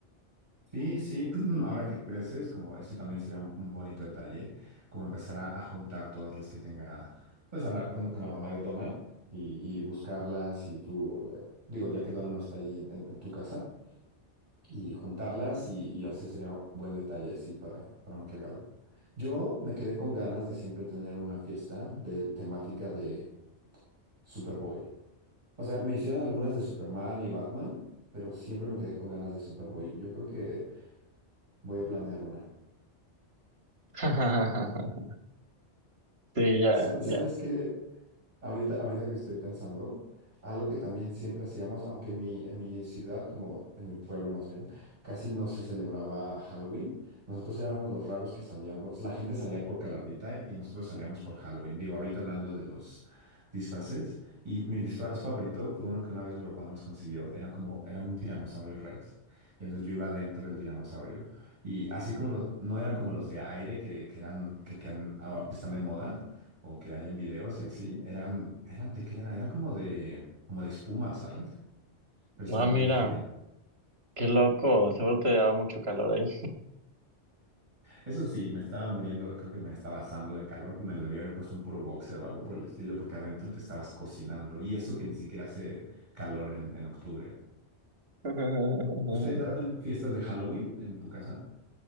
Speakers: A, on the right; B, on the right.
A: Sí, sí, <clears throat> ahora que creces, como ese también sería un, un bonito detalle, como empezar a, a juntar todas las que tenga, pues hablar con, con la mamá de Donna y, y buscarlas y tú, eh, digo, ya que Donna no está ahí en en- en tu casa y juntarlas y, y así sería un buen detalle así para, para un regalo. Yo me quedé con ganas de siempre tener una fiesta de temática de Superboy. O sea, me hicieron algunas de Superman y Batman, pero siempre me quedé con ganas de Superboy. Yo creo que voy a planear una.
B: <laughs> Sí, ya,
A: Sab- ¿Sabes
B: ya.
A: qué? Ahorita, ahorita que estoy pensando, algo que también siempre hacíamos, aunque en mi, en mi ciudad, como en mi pueblo más bien, casi no se celebraba Halloween. Nosotros éramos los raros que salíamos, la gente salía por Calabrita y nosotros salíamos por Halloween. Digo, ahorita hablando de los disfraces, y mi disfraz favorito fue uno que una vez mi papá nos consiguió, era como, era un tiranosaurio Rex, y entonces yo iba dentro del tiranosaurio. Y así como los, no eran como los de aire que, que eran, que, que han- ahora están de moda o que hay en videos y así, eran, eran, ¿de qué era? Era como de, como de espuma, ¿sabes? Pero estaba
B: Ah, mira,
A: muy genial.
B: qué loco, seguro te daba mucho calor ahí.
A: Eso sí, me estaba muriendo, creo que me estaba asando de calor, me lo debía haber puesto un puro boxer o algo por el estilo, porque adentro te estabas cocinando y eso que ni siquiera hace calor en, en octubre.
B: <laughs>
A: ¿Ustedes hacen fiestas de Halloween en tu casa?